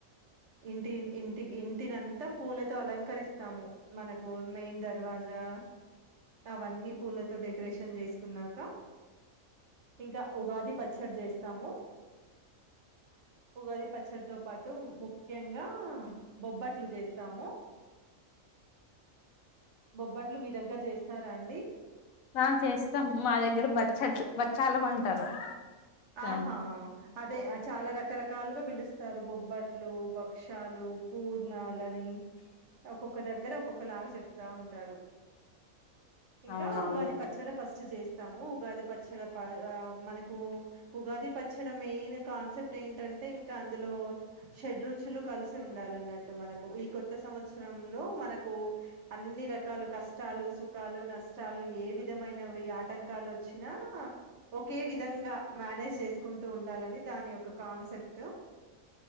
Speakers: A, on the right; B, on the left.
A: ఇంటి ఇంటికి ఇంటినంతా పూలతో అలంకరిస్తాము మనకు మెయిన్ దర్వాజా అవన్నీ పూలతో డెకరేషన్ చేసి స్ కున్నాక ఇంకా ఉగాది పచ్చడి చేస్తాము ఉగాది పచ్చడితో పాటు ముఖ్యంగా బొబ్బట్లు చేస్తాము బొబ్బట్లు మీ దగ్గర చేస్ తర అండీ
B: ఆ చేస్తాం మా దగ్గర బచ్చట్లు బచ్చాలము అంటారు దాన్ని
A: ఆహా అదే చాలా రకరక్ కాలుగా పిలుస్తారు, బొబ్బట్లు, భక్షాలు, పూర్ణాలని ఒక్కొక్క దగ్గర ఒక్కొక్క లాగా చెప్తా ఉంటారు. ఇంకా
B: అవునవును
A: ఉగాది పచ్చడ ఫస్ట్ చేస్ తాము ఉగాది పచ్చడ ప మనకు ఉగాది పచ్చడ మెయిన్ కాన్సెప్ట్ ఏంటంటే ఇంకా అందులో షడ్ రుచులు కలి సి ఉండాలన్నట్టు మనకు ఈ కొత్త సంవత్సరంలో మనకు అన్ని రకాలు కష్టాలు, సుఖాలు, నష్టాలు ఏ విధమైనవి ఆటంకాలు వచ్చినా, ఒకే విధంగా మ్యానేజ్ చేసుకుంటూ ఉండాలని దాని యొక్క కాన్సెప్ట్